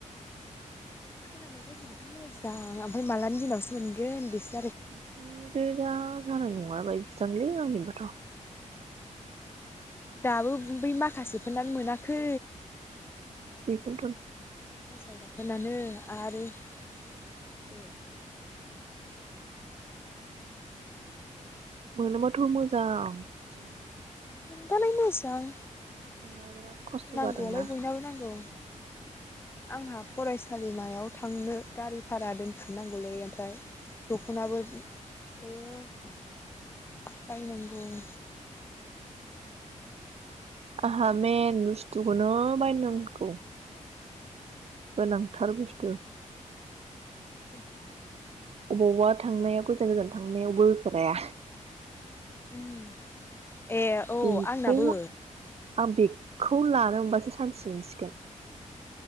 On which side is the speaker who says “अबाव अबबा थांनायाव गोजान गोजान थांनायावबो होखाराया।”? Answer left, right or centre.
Right